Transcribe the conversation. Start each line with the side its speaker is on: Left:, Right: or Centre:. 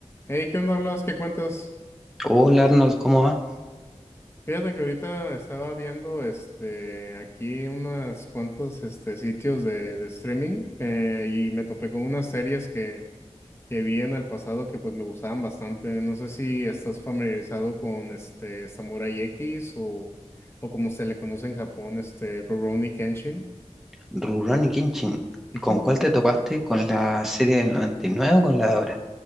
Left: Hey, ¿qué onda hablas? ¿Qué cuentas?
Centre: Hola Arnold, ¿cómo va?
Left: Fíjate que ahorita estaba viendo este aquí unas cuantos este sitios de, de streaming eh, y me topé con unas series que, que vi en el pasado que pues me gustaban bastante. No sé si estás familiarizado con este Samurai X o, o como se le conoce en Japón, este Rurouni Kenshin.
Centre: Rurouni Kenshin,
Left: Ujú.
Centre: ¿con cuál te topaste? ¿Con la serie del 99 o con la de ahora?